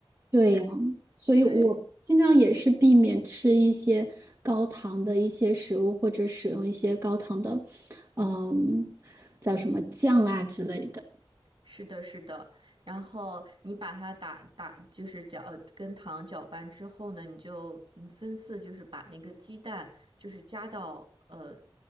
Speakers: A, on the right; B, on the right.
A: 对呀，所以我尽量也是避免吃一些高糖的一些食物，
B: 对，
A: 或者使用一些高糖的，嗯，叫什么酱啊之类的。
B: 是的，是的。然后你把它打打，就是搅，呃跟糖搅拌之后呢，你就嗯分次，就是把那个鸡蛋，就是加到呃，